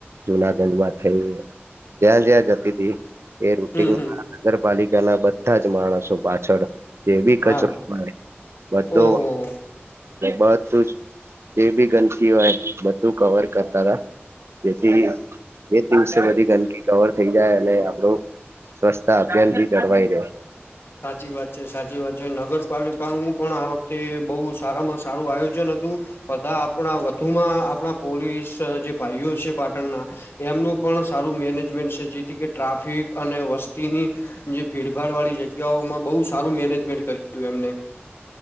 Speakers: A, on the right; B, on the left.
A: જુનાગઢ માં થઈ જ્યાં જ્યાં જતી ટી. એ રૂટીનમાં
B: હમ હમ
A: નગરપાલિકા ના બધા જ માણસો પાછળ જે બી
B: હા
A: કચરો મળે બધોલે
B: ઓહ
A: બધું જ એ બી ગંદકી હોય બધું કવર કરતા હતા જેથી બે દિવસે બધી ગંદકી કવર થઈ જાય અને ક સ્વચ્છતા અભિયાન ભી જળવાઈ રહ્યો.
B: સાચી વાત છે સાચી વાત છે નગરપાલિકાનું પણ આ વખતે બહુ સારામાં સારું આયોજન હતું બધા આપણા વધુમાં આપણા પોલીસ જે ભાઈઓ છે પાટણના એમનું પણ સારું મેનેજમેન્ટ છે જેથી કે ટ્રાફિક અને વસ્તીની જે ભીડભાડ વાળી જગ્યા બ સારું મેનેજમેન્ટ કરું એમને.